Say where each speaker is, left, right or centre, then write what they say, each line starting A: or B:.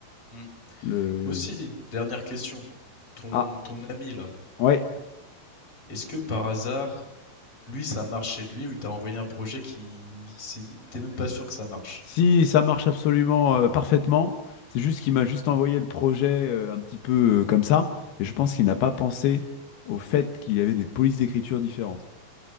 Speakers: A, on the left (about 35°); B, on the left (about 85°).
A: Mm.
B: Le...
A: Aussi, dernière question, ton
B: Ah,
A: ton ami là,
B: ouais.
A: est-ce que par hasard lui, ça marche chez lui, ou il t'a envoyé un projet qui, il s'est- il t'es même pas sûr que ça marche.
B: Si ça marche absolument euh, parfaitement, c'est juste qu'il m'a juste envoyé le projet euh, un petit peu euh, comme ça, et je pense qu'il n'a pas pensé au fait qu'il y avait des polices d'écriture différentes.